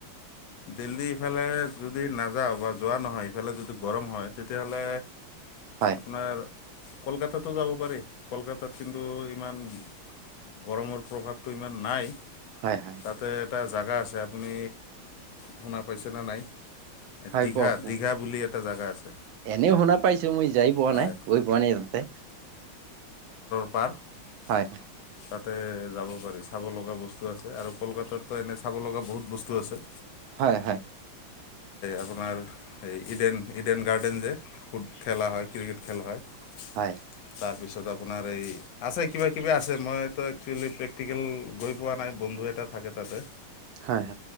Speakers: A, on the left; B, on the right.
A: দিল্লী ইফালে যদি নাযাওঁ বা যোৱা নহয় ইফালে যদি গৰম হয় তেতিয়াহ'লে
B: হয়
A: আপোনাৰ কলকাতাতো যাব পাৰি কলকাতাত কিন্তু ইমান গৰমৰ প্ৰভাৱটো ইমান নাই
B: হয় হয়
A: তাতে এটা জাগা আছে আপুনি শুনা পাইছেনে নাই
B: হয়
A: দীঘা
B: কওক
A: দীঘা বুলি এটা জাগা আছে
B: এনেও শুনা পাইছো মই যাই পোৱা
A: হয়
B: নাই গৈ পোৱা নাই তাতে
A: পাৰ্ক
B: হয়
A: তাতে যাব পাৰি চাব লগা বস্তু আছে আৰু কলকাতাত ত এনে চাব লগা বহুত বস্তু আছে।
B: হয় হয়
A: আপোনাৰ এই ইডেন ইডেন গাৰ্ডেন যে ফুট খেলা হয় ক্ৰিকেট খেলা হয় তাৰ
B: হয়
A: তাৰপিছত আপোনাৰ এই আছে কিবা কিবা আছে মইয়োএকচুৱেলি প্ৰেক্টিকেল গৈ পোৱা নাই বন্ধু এটা থাকে তাতে
B: হয় হয়